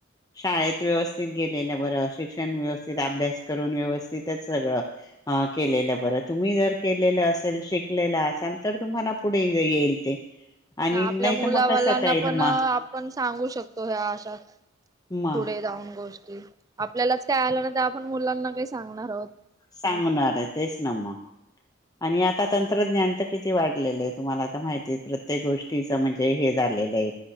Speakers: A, on the left; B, on the right.
A: शाळेत
B: तेच ना.
A: व्यवस आपल्याला बर शिक्षण व्यवस्थित अभ्यास करुन व्यवस्थितच सगळं ह केलेलं बरं तुम्ही जर केलेल असेल शिकलेल असाल तर तुम्हाला पुढे ये येईल ते आणि
B: आपल्या
A: नाही
B: मुलावालांना
A: तर मग आपल्या कसं काईल
B: पण
A: मग
B: अ
A: मुलाबाळांना
B: आपण
A: पण
B: सांगू शकतो ह्या अशा
A: मा
B: पुढे गोष्टी आपल्यालाच काही आल्या नाही तर आपण मुलांना काय सांगणार आहोत
A: सांगणार तेच ना मग आणि आता तंत्रज्ञान तर किती वाढलेलंय तुम्हाला आता माहिती प्रत्येक गोष्टी तिच म्हणजे हे झालेलं हे